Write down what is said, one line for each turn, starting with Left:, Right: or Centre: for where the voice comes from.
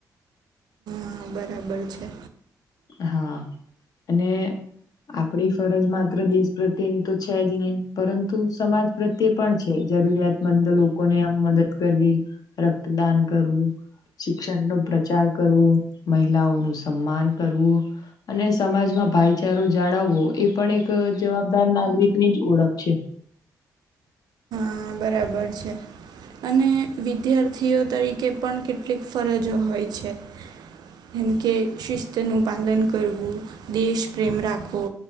Right: હા બરાબર છે
Left: હા અને આપણી ફરજ માત્ર દેશ પ્રત્યેની તો છે જ નહીં પરંતુ સમાજ પ્રત્યે પણ છે જરૂરિયાતમંદ લોકોને આમ મદદ કરવી રક્તદાન કરવું શિક્ષણ નો પ્રચાર કરવો મહિલાઓ નું સન્માન કરવું અને સમાજમાં ભાઈચારો જાળવવો એ પણ એક જવાબદાર નાગરિક ની જ ઓળખ છે
Right: હા બરાબર છે અને વિદ્યાર્થીઓ તરીકે પણ કેટલીક ફરજો હોય છે જેમકે શિસ્તનું પાલન કરવું દેશ પ્રેમ રાખવો